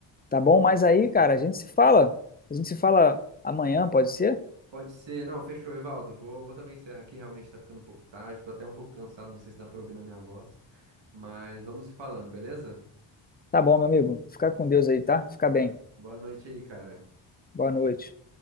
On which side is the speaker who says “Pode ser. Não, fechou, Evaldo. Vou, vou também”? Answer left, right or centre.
Right